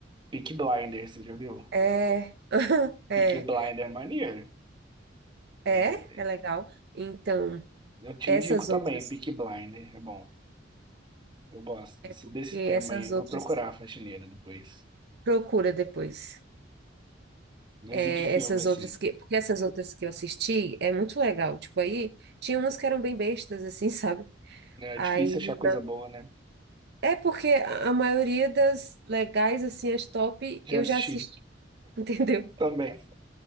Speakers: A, on the right; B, on the right.
A: Peaky Blinders, você já viu?
B: É, <laughs> é,
A: Peaky Blinder é maneiro.
B: é,
A: É do-
B: é legal. Então,
A: Eu te
B: essas
A: indico também,
B: outras,
A: Peaky Blinder. É bom. Eu gosto desse,
B: é porque
A: desse
B: essas
A: tema aí. Vou
B: outras.
A: procurar a faxineira depois.
B: Procura depois.
A: Mas
B: É,
A: e de filme,
B: essas
A: assim?
B: outras que, porque essas outras que eu assisti é muito legal. Tipo, aí tinha umas que eram bem bestas, assim, <laughs> sabe?
A: É
B: Aí,
A: difícil achar coisa
B: na-
A: boa, né?
B: é porque a a maioria das legais, assim, as top,
A: Já
B: eu
A: assisti
B: já assisti, <laughs> entendeu?
A: também.